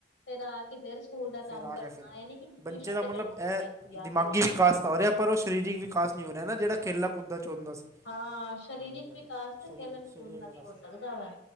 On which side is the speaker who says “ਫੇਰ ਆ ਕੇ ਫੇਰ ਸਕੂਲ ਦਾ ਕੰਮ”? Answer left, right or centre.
Left